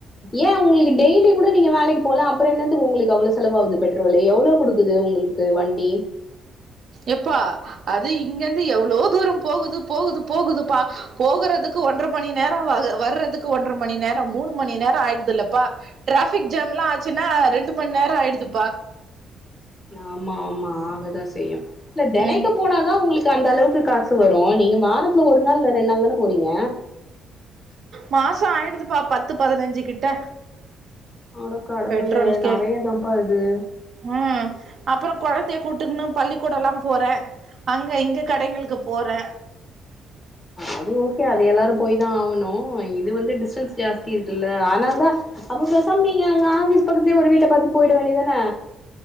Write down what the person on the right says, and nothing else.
எப்பா அது இங்க இருந்து எவ்ளோ தூரோ போகுது போகுது போகுதுப்பா போகுறதுக்கு ஒன்ற மணி நேரோ வகு வர்றதுக்கு ஒன்ற மணி நேரோ மூணு மணி நேரோ ஆயிடுதில்லப்பா டிராஃபிக் ஜாம் எல்லா ஆச்சுன்னா ரெண்டு மண் நேரோ ஆயிடுதுப்பா
ம்
மாசோ ஆயிடுதுப்பா பத்து பதினஞ்சு கிட்ட
பெட்ரோல்கே
ம் அப்புறோ கொழந்தைய கூட்டுக்குன்னு பள்ளிக்கூடோல்லா போறே அங்க இங்க கடைங்களுக்கு போறே